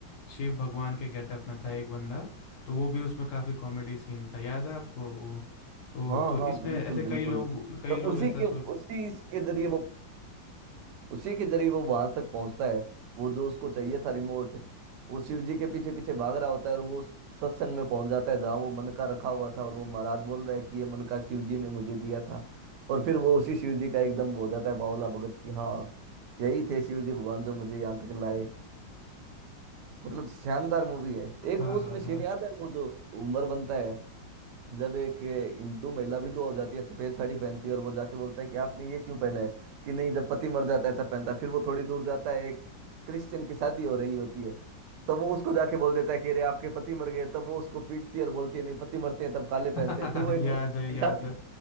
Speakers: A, on the left; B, on the right.
A: शिव भगवान के गेटअप में था एक बंदा तो वो भी उसमें काफी कॉमेडी सीन था याद है आपको वो तो
B: हाँ
A: तो
B: हाँ
A: इसमें
B: बिल्कुल
A: ऐसे कई
B: बिल्कुल
A: लोग कई
B: तो
A: लोग
B: उसी
A: ऐसा
B: के
A: सोच
B: उसी के जरिए वो उसी के जरिए वो वहां तक पहुंचता है वो जो उसको चाहिए था रिमोट वो शिव जी के पीछे पीछे भाग रहा होता है और वो उस सत्संग में पहुंच जाता है जहाँ वो मन का रखा हुआ था और वो महाराज बोल रहा है कि ये मन का शिव जी ने मुझे दिया था और फिर वो उसी शिव जी का एकदम हो जाता है बावला भगत की हाँ यही थे शिव जी भगवान जो मुझे यहाँ तक लाए मतलब शानदार मूवी है
A: हाँ
B: एक वो उसमें
A: हाँ
B: सीन
A: हाँ
B: याद है वो जो उमर बनता है जब एक ये हिंदू महिला विधवा हो जाती है सफेद साड़ी पहनती है और वो जाके बोलता है कि आपने ये क्यों पहना है कि नहीं जब पति मर जाता है तब पहनता है फिर वो थोड़ी दूर जाता है एक क्रिश्चियन की शादी हो रही होती है तो वो उसको जाके बोल देता है कि अरे आपके पति मर गए तब वो उसको पीटती है और बोलती है नहीं पति मरते हैं तब काले
A: <laughs>
B: पहनते हैं फिर वो एक
A: याद
B: मुस्लिम
A: है याद
B: महिला
A: है